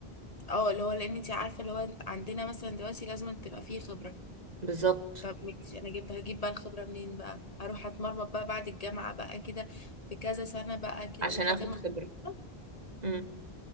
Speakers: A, on the left (about 35°); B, on the right (about 40°).
A: اه اللي هو لان انت عارفه اللي هو عندنا مثلا دلوقتي لازم تبقى فيه خبره
B: بالظبط
A: طب ماشي انا جبت هجيب بقى الخبره منين بقى هروح اتمرمط بقى بعد الجامعه بقى كده في كذا سنه بقى كده
B: عشان
A: لحد
B: اخد
A: ما
B: خبرة
A: اخد خبرة.
B: امم